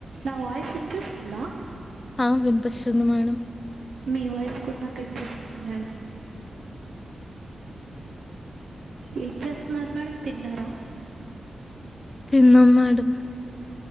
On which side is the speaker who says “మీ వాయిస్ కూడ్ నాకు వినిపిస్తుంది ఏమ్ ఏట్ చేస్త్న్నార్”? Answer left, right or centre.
Right